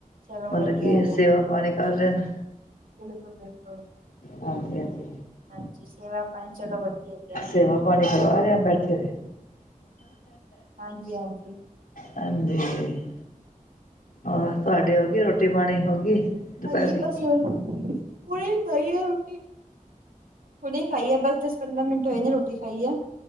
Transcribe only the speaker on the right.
ਚਲੋ
ਵਧੀਆ
ਹੈਗਾ।
ਬਿਲਕੁਲ-ਬਿਲਕੁਲ।
ਹਾਂਜੀ ਸੇਵਾ ਆਪਣੀ ਚਲੋ ਵਧੀਆ। ਹੈਗਾ
ਹਾਂਜੀ-ਹਾਂਜੀ। ਹਾਂਜੀ
ਹਾਂਜੀ
ਬਸ ਹੋਗੀ। ਹੁਣੇ ਖਾਈ ਹੈ ਰੋਟੀ ਹੁਣੇ ਖਾਈ ਹੈ ਬਸ ਦਸ ਪੰਦਰਾਂ ਮਿੰਟ ਹੋਏ ਗਏ ਰੋਟੀ ਖਾਈ ਹੈ।